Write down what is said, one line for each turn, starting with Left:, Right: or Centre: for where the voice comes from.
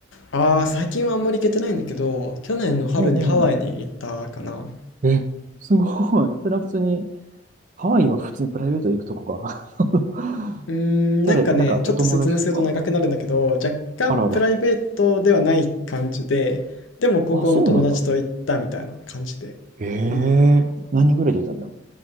Left: ああ、最近はあんまり行けてないんだけど、去年の春にハワイに行ったかな。
Right: うんえ、すごい。それは普通に、ハワイは普通にプライベートで行くとこが。<laughs>
Left: うーん、
Right: 誰、
Left: なんかね、
Right: なんかお友達とか。
Left: ちょっと説明すると長くなるんだけど、若干プライベートではない感じで、
Right: あらあら。
Left: でも高校の友達と行ったみたいな感じで。
Right: あ、そうなんだ。ええ何人ぐらい出たの
Left: うん。